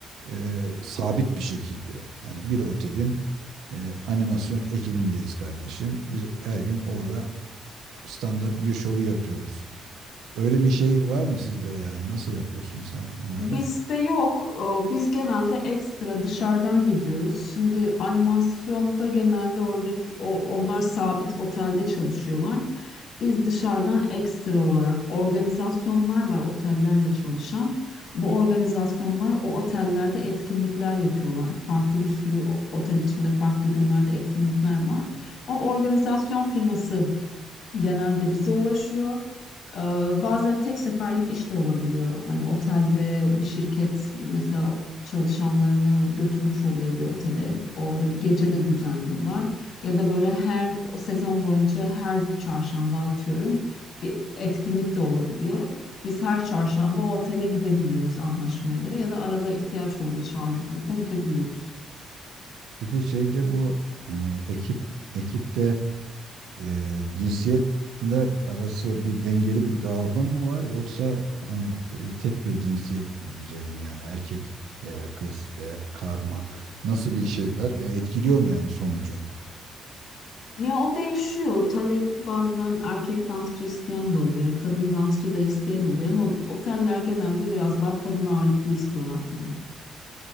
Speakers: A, on the right (about 80°); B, on the left (about 65°).
A: e, sabit bir şekilde yani bir otelin e, animasyon ekibindeyiz kardeşim. Biz her gün orada standart bir şovu yapıyoruz. Öyle bir şey var mı sizde yani nasıl yapıyorsun sen
B: <laughs>
A: bunları?
B: Bizde yok. Ee, Biz genelde ekstra dışarıdan gidiyoruz. Şimdi animasyonda genelde oradaki o onlar sabit otelde çalışıyorlar. Biz dışarıdan ekstra olarak organizasyonlar var otellerle çalışan. Bu organizasyonlar o otellerde etkinlikler yapıyorlar. Farklı bir sürü o- otel içinde farklı günlerde etkinlikler var. O organizasyon firması genelde bize ulaşıyor. Ee, Bazen tek seferlik iş de olabiliyor. Hani otelde bir şirket mesela çalışanlarını götürmüş oluyor bir otele. Orada bir gece de düzenliyorlar. Ya da böyle her o sezon boyunca her çarşamba atıyorum bir etkinlik de olabiliyor. Biz her çarşamba o otele gidebiliyoruz anlaşmaya göre ya da arada ihtiyaç olunca çağırdıklarına gidebiliyoruz.
A: Peki şeyde bu e, ekip ekipte e, cinsiyetler arası bir dengeli bir dağılım mı var yoksa hani e, tek bir cinsiyet üzerine yani erkek veya kız veya karma nasıl bir şey var? Yani etkiliyor mu yani sonucu?
B: Ya o değişiyor. Talep bazen erkek dansçı isteyen de oluyor. Kadın dansçı da isteyen oluyor ama oteller genelde biraz daha kadın ağırlıklı istiyorlar tabii.